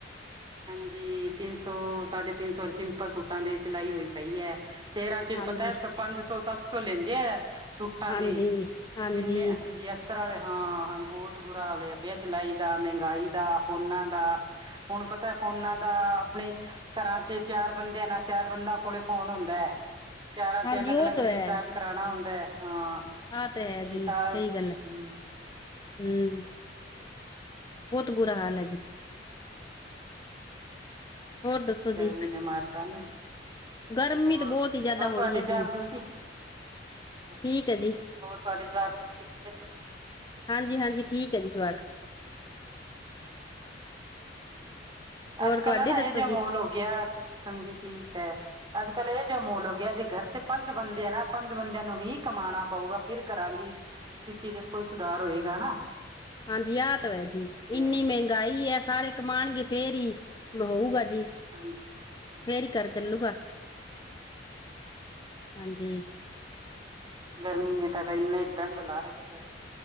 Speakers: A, on the right; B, on the left.
A: ਹਾਂਜੀ। ਤਿੰਨ ਸੌ, ਸਾਢੇ ਤਿੰਨ ਸੌ ਸਿੰਪਲ ਸੂਟਾਂ ਦੇ ਸਿਲਾਈ ਹੋਈ ਪਈ ਹੈ। ਸੇਰਾਂ ਚ
B: ਹਾਂਜੀ
A: ਪਤਾ ਹੈ ਪੰਜ ਸੌ, ਸੱਤ ਸੌ ਲੈਂਦੇ ਹੈ ਸੂਟਾਂ
B: ਹਾਂਜੀ
A: ਦੀ।
B: ਹਾਂਜੀ
A: ਕਿੰਨੇ ਹਾਂਜੀ ਅ। ਤੇ ਹਾਂ ਬਹੁਤ ਬੁਰਾ ਹਾਲਿਆ ਪਿਆ ਸਿਲਾਈ ਦਾ, ਮਹਿੰਗਾਈ ਦਾ, ਫੋਨਾਂ ਦਾ। ਹੁਣ ਪਤਾ। ਪਤਾ ਫੋਨਾਂ ਦਾ ਆਪਣੇ ਘਰਾਂ ਚ ਚਾਰ ਬੰਦਿਆਂ ਨਾਲ ਚਾਰ ਬੰਦਾਂ ਕੋਲ ਫੋਨ ਹੁੰਦਾ ਹੈ।
B: <unintelligible> <unintelligible>
A: ਚਾਰਾਂ ਚ ਅਲੱਗ ਅਲੱਗ
B: ਉਹ ਤਾਂ
A: ਰੀਚਾਰਜ
B: ਹੈ
A: ਕਰਾਉਣਾ ਹੁੰਦਾ ਹੈ ਹਾਂ
B: ਆਹ ਤਾਂ
A: ਤੇ
B: ਹੈ ਜੀ
A: ਸ
B: ਸਹੀ ਗੱਲ ਹੈ
A: ਹਮ
B: ਹਮ। ਬਹੁਤ ਬੁਰਾ ਹਾਲ ਹੈ। ਜੀ। ਹੋਰ ਦੱਸੋ
A: ਇੱਕ ਗਰਮੀ
B: ਜੀ
A: ਨੇ ਮਾਰਤਾ ਉਹਨੇ।
B: ਗਰਮੀ
A: ਹੋਰ
B: ਤਾਂ ਬਹੁਤ
A: ਵਧੀਆ
B: ਹੀ ਜ਼ਿਆਦਾ
A: ਜੀ, ਹੋਰ
B: ਹੋਈ
A: ਤੁਹਾਡੇ
B: ਹੈ
A: ਜਾਗ
B: ਜੀ
A: ਜੂਗ ਸੀ ਹਾਂਜੀ।
B: ਠੀਕ ਹੈ ਜੀ
A: ਹੋਰ ਤੁਹਾਡੇ ਜਾਗ -ਜੂਗ ਠੀਕ ਹੈ ਜੀ।
B: ਹਾਂਜੀ, ਹਾਂਜੀ ਠੀਕ ਹੈ। ਜੀ ਜਵਾਕ। ਹੋਰ
A: ਅੱਜ-ਕਲ
B: ਤੁਹਾਡੇ
A: ਹੈ ਨਾ
B: ਦੱਸੋ
A: ਇਹ ਜ
B: ਜੀ
A: ਮੋਲ ਹੋਗ ਗਿਆ ਹਾਂਜੀ ਠੀਕ ਹੈ। ਅੱਜ ਕੱਲ੍ਹ ਇਹ ਜੋ ਮੂਲ ਹੋ ਗਿਆ ਜੇ ਘਰ ਚ ਪੰਜ ਬੰਦੇ ਆ ਨਾ ਪੰਜ ਬੰਦਿਆਂ ਨੂੰ ਹੀ ਕਮਾਉਣਾ ਪਊਗਾ ਫਿਰ ਘਰਾਂ ਦੀ। ਸਥਿਤੀ ਚ ਕੋਈ ਸੁਧਾਰ ਹੋਏਗਾਾ।
B: ਹਾਂਜੀ। ਆਹ ਤਾਂ ਹੈ ਜੀ ਇੰਨੀ
A: ਹਾਂਜੀ,
B: ਮਹਿੰਗਾਈ
A: ਹਾਂਜੀ,
B: ਹੈ ਸਾਰੇ ਕਮਾਉਣਗੇ ਫੇਰ ਹੀ ਹੋਊਗਾ ਜੀ।
A: ਹਾਂਜੀ, ਹਾਂਜੀ
B: ਫੇਰ ਹੀ ਘਰ ਚੱਲੂਗਾ। ਹਾਂਜੀ
A: ਗਰਮੀ ਨੇ ਤੁਡਾ ਇੰਨੀ ਡੰਢ ਲਾ ਰੱਖਿਆ।